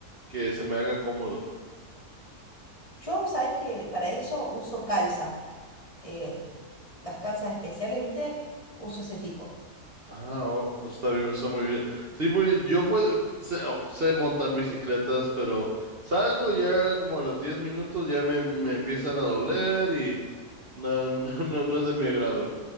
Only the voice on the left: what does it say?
Yo, sabes que para eso uso calza, eh, las calzas especiales, ¿viste? Uso ese tipo.